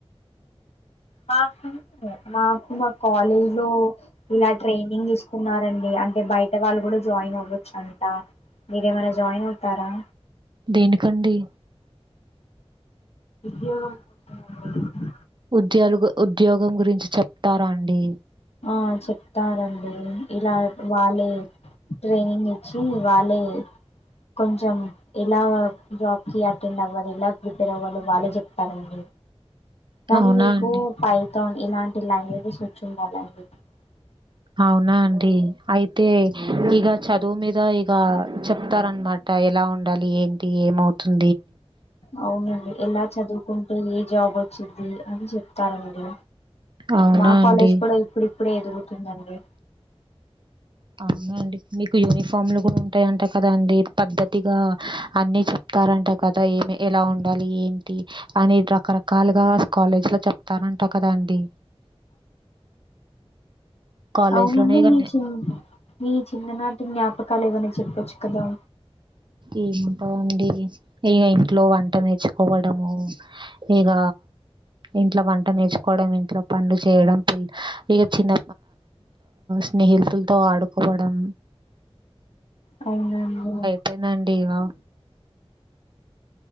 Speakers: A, on the left (about 85°); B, on the right (about 50°).
A: మకు మకు మా కాలేజ్ లో ఇలా ట్రైనింగ్ ఇస్తున్నారండి అం అంటే బయట వాళ్ళు కూడా జాయిన్ అవ్వచ్చు అంట మీరేమైనా జాయిన్ అవుతారా
B: దేనికండి?
A: ఉద్యోగం కోసం అండి.
B: ఉద్యోలు ఉద్యోగం గురించి చెప్తారా అండి
A: ఆ చెప్తారండి ఇలా వాళ్ళే ట్రైనింగ్ ఇచ్చి వాళ్ళే కొంచెం ఎలా జాబ్ కి అటెండ్ అవ్వాలి ఎలా ప్రిపేర్ అవ్వలో వాళ్ళే చెప్తారండి కానీ
B: అవునా
A: మీకు
B: అండి
A: పై ఇలాంటి లాంగ్వేజెస్ వచ్చిండాల <inaudible>
B: అవునా అండి అయితే ఇగ చదువు మీద ఇగ చెప్తారనమా ఇంకా ఎలా ఉండాలి ఏంటి ఏమవుతుం
A: అవునండి ఎలా చదువుకుంటే ఏ జాబ్ వచ్చిది అని చెప్తారండి
B: అవునా
A: మా
B: అండి
A: కాలేజ్ కూడ ఇప్పుడిప్పుడే ఎదుగుతుందండి
B: అవునండి మీకు యూనిఫామ్లు కూడ ఉంటయంట దకదా అండి పద్ధతిగా అన్ని చె తారంటా కదా ఎ ఎలా ఉండాలి ఏంటి అని రకరకాలుగా కాలేజీ లో చెప్తారంటా కదాండి కాలేజ్
A: అవునండి
B: లోనే ఇగ
A: మీ చి నీ చిన్ననాటి జ్ఞాపకాలు ఏవైనా చెప్పచ్చు కదా
B: ఏముంటాందండి ఇక ఇంట్లో వంట నేర్చుకోవడము ఇగ ఇంట్లో వంట నేర్చుకోవడం ఇంట్లో పనులు చేయడం ఇగ చిన్న స్నేహితులతో ఆడుకోవడం.
A: అవునావును
B: వినండిగా